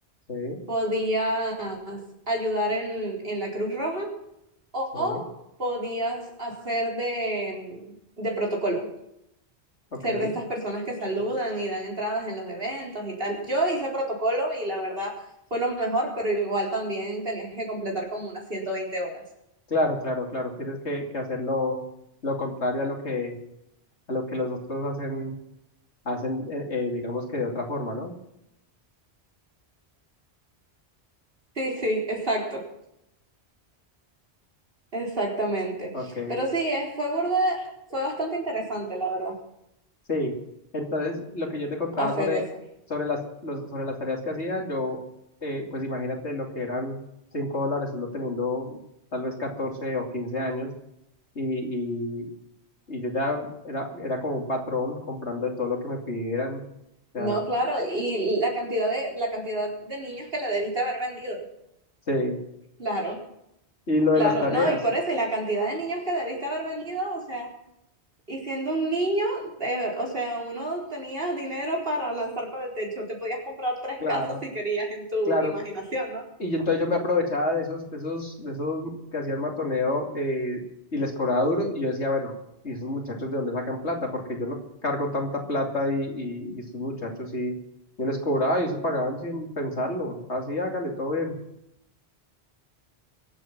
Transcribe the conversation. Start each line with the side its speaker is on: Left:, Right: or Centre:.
Left: sí,
Right: podías ayudar en, en la Cruz Roja o
Left: sí,
Right: podías hacer de, de protocolo
Left: ok.
Right: ser de estas personas que saludan y dan entradas en los eventos y tal. Yo hice protocolo y la verdad fue lo mejor, pero igual también tenías que completar como unas 120 horas.
Left: Claro, claro, claro. Tienes que, que hacer lo, lo contrario a lo que, a lo que los otros hacen, hacen eh, eh, digamos que de otra forma, ¿no?
Right: Sí, sí, exacto, exactamente.
Left: Ok,
Right: Pero sí, es- fue burda, fue bastante interesante, la verdad,
Left: sí. Entonces, lo que yo te contaba
Right: hacer
Left: sobre,
Right: eso.
Left: sobre las, los- sobre las tareas que hacía, yo, eh, pues imagínate lo que eran 5 dólares uno teniendo tal vez 14 o 15 años y, y, y yo ya era, era como un patrón comprando de todo lo que me pidieran. O sea,
Right: No, claro, y la cantidad de, la cantidad de niños que le debiste haber vendido.
Left: sí.
Right: Claro,
Left: Y lo
Right: claro,
Left: de las tareas,
Right: no, y por eso, y la cantidad de niños que debiste haber vendido, o sea, Y siendo un niño, eh, o sea, uno tenía dinero para lanzar para el techo. Te podías comprar tres
Left: claro.
Right: casas si querías en tu
Left: claro
Right: imaginación, ¿no?
Left: Y yo- entonces yo me aprovechaba de esos, de esos, de esos que hacían matoneo eh, y les cobraba duro. Y yo decía, bueno, ¿y esos muchachos de dónde sacan plata? Porque yo no cargo tanta plata y, y, y esos muchachos sí, yo les cobraba y eso pagaban sin pensarlo. Así, hágale, todo bien.